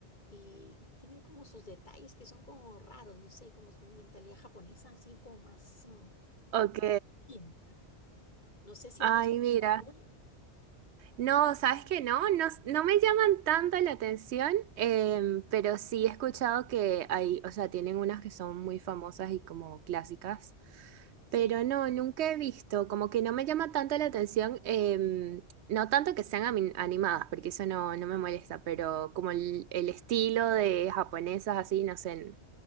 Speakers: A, on the left (about 40°); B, on the right (about 75°).
A: y tienen como sus detalles que son como raros, no sé, como su mentalidad japonesa, así como más uh,
B: Ok.
A: distinta. No sé si
B: Ay,
A: has visto
B: mira.
A: alguna.
B: No, ¿sabes qué? No, no, no me llaman tanto la atención, em, pero sí he escuchado que hay, o sea, tienen unas que son muy famosas y como clásicas.
A: Sí,
B: Pero no, nunca he visto, como que no me llama tanto la atención, em, no tanto que sean ami- animadas, porque eso no, no me molesta, pero como el, el estilo de japonesas así, no sé.